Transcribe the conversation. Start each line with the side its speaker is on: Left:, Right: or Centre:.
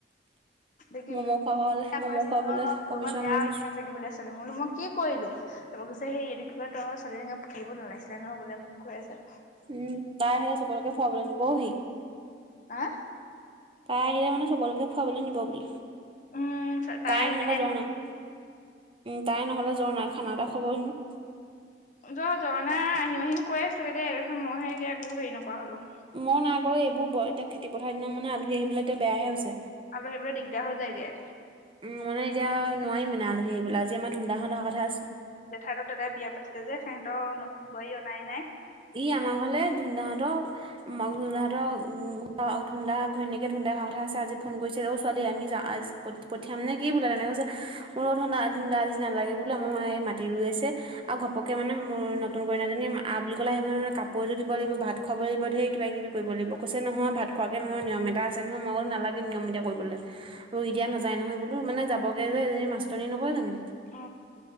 Left: এতিয়া কি
Right: ম'ম'
Left: বুলি এতিয়া
Right: খুৱাবলে ম'ম'
Left: কৈছো
Right: খুৱাবলে
Left: অ মোৰ
Right: কমিশন
Left: লগত বেয়া
Right: লৈ থৈছো
Left: অন্যায় কৰিলি বুলে ছোৱালী বুলো মই কি কৰিলোঁ, তপৰা কৈছে সেই ইটোকে তই ছোৱালীজনীক খেলিব নালাগিছিলে ন বোলে মোক কৈ আছে।
Right: উম তাই আহিলে চবলৈকে ফুৰাবলৈ নিব হি
Left: আহ!
Right: তাই আহিলে মানে সবলৈকে ফুৰাবলে নিব বোলে,
Left: উম
Right: তাই
Left: আহিলেহে
Right: নহলে যোৱা
Left: নিব
Right: নাই? তাই নহ'লে জ্বৰ নাই খানা এটা খোৱাহেনো।
Left: জ জ্বৰ নাই আহিম আহিম কৈ আছিলে দেই মইহে এতিয়া একো হেৰি নকৰা হলো।
Right: মই নাই কৰো এইবোৰ ব এতিয়া খেতি - পথাৰ দিনৰ মানে আলহী আহিবলৈ এতিয়া বেয়াহে হৈছে।
Left: আগবাঢ়িব দিগদাৰ হৈ যায়গে।
Right: উম মানে এতিয়া নোৱাৰি মানে আলহী আহিবলে আজি আমাৰ ধুন দাহত অহা কথা আছ
Left: জেঠাইহতৰ দাদাই বিয়া পাতিলে যে সিহঁতৰ নতুন বোৱাৰী অনাই নাই।
Right: ই আমাৰ ঘৰলে ধুনদাহঁতৰ মই ধুনদাহঁতৰ ধুন দা ঘৈণীয়েকে ধুন দাই অহা কথা আছে। আজি ফোন কৰিছে অ ছোৱালী আমি যাওঁ আজ পঠিয়াম নে কি বোলে তেনেকে কৈছে। মই বোলো ধুন দা ধুন দা আজি নালাগে বোলো আমাৰ মাই এই মাটি ৰুই আছে আৰু ঘপকে মানে মোৰ নতুন কইনা জনী আ বুলি ক বলে আহিব নহয় কাপোৰ এজোৰ দিব লাগিব, ভাত খুৱাব লাগিব, ধেৰ কিবা কিবি কৰিব লাগিব। কৈছে নহয় ভাত খোৱাকে কে নহয় নিয়ম এটা আছে নহয়। মই বুলো নালাগে নিয়ম এতিয়া কৰিবলে। ৰুই দিয়া নাযায় নহয় বোলো। মানে যাবগে যে এজনী মাষ্টৰনী নহয় জানো।
Left: অ